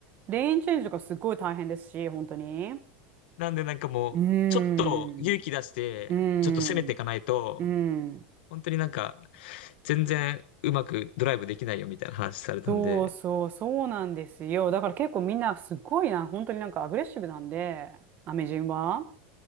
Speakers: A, on the right; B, on the left.
A: レーンチェンジとかすごい大変ですし、本当に。
B: なんでなんかもう、
A: うーん、
B: ちょっと勇気出して、
A: うーん、
B: ちょっと攻めていかないと、
A: うーん。
B: 本当になんか、全然うまくドライブできないよみたいな話されたんで、
A: そうそう、そうなんですよ。だから結構みんなすごいな、本当になんかアグレッシブなんで、アメ人は。